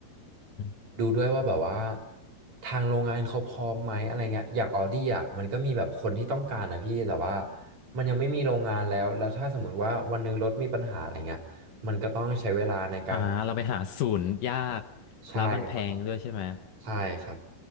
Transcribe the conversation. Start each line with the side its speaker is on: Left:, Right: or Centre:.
Left: อืม
Right: ดูด้วยว่าแบบว่าทางโรงงานเขาพร้อมไหมอะไรเงี้ยอย่างออดี้อ่ะมันก็มีแบบคนที่ต้องการนะพี่แต่ว่ามันยังไม่มีโรงงานแล้วแล้วถ้าสมมติว่าวันหนึงรถมีปัญหาอะไรเงี้ยมันก็ต้องใช้เวลาในการ
Left: อ่าเราไปหาศูนย์ยาก
Right: ใช่ครับ
Left: แล้วมันแพงด้วยใช่ไหม
Right: ใช่ครับ